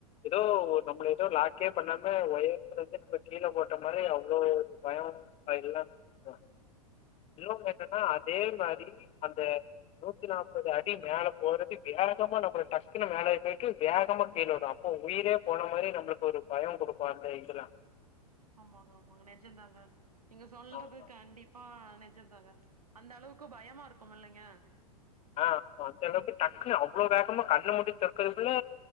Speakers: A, on the left; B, on the right.
A: இதோ ஓ நம்மள ஏதோ லாக்கே பண்ணாம ஒயரத்துல இருந்து நம்மல கீழ போட்ட மாரி அவ்ளோ ஒரு பயம் அ எல்லாம இவுங்க இன்னொன்னு என்னன்னா அதே மாரி அந்த நூத்தி நாற்பது அடி மேல போறது வேகமா நம்மல டக்குனு மேலே போயிட்டு வேகமா கீழ விடு அப்ப உயிரே போன மாரி நம்மளுக்கு ஒரு பயோ குடுக்கு அந்த இதுலா
B: ஆமாங்க ஆமாங்க நெஜதாங்க நீங்க சொல்றது
A: ஆமா
B: கண்டிப் பபா நெஜம்தாங்க அந்த அளவுக்கு பயமா இருக்கும் இல்லைங்க
A: ஆ அந்த அளவுக்கு டக்குன்னு அவ்ளோ வேகமா கண்ண மூடி தெறக்குறத்குள்ள